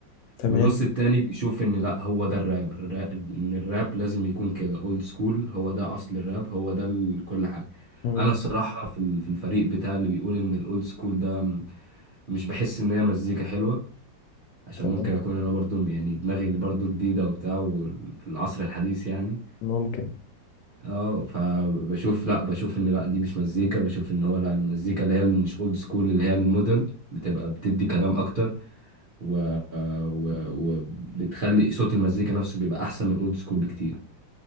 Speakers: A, on the left; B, on the right.
A: تمام
B: والنص التاني بيشوف ان لا هو ده الراب الرا- ان الراب لازم يكون كده اولد سكول هو ده اصل الراب هو ده ال- كل حاجة
A: مم،
B: انا الصراحة في ال- في الفريق بتاع اللي بيقول ان الاولد سكول ده م- مش بحس ان هي مزيكا حلوة عشان
A: تمام
B: ممكن اكون انا برضو يعني دماغي برضو جديدة وبتاع وفي العصر الحديث يعني
A: ممكن
B: اه فبشوف لا بشوف ان لا دي مش مزيكا بشوف ان هو لا المزيكا اللي هي اللي مش اولد سكول اللي هي المودرن بتبقى بتدي كلام اكتر و... و... وبتخلي صوت المزيكا نفسه بيبقى احسن من الاولد سكول بكتير